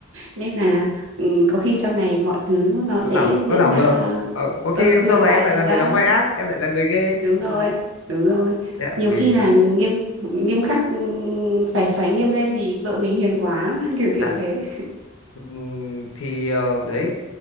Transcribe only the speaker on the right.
nên là ừ, có khi sau này mọi thứ nó
sẽ
diễn
ra
ừ
ngược
lại
thì
sao?
đúng rồi đúng rồi
nhiều
khi là nghiêm nghiêm khắc ừm, phải phải nghiêm lên vì vợ mình hiền quá <laughs> kiểu kiểu
thế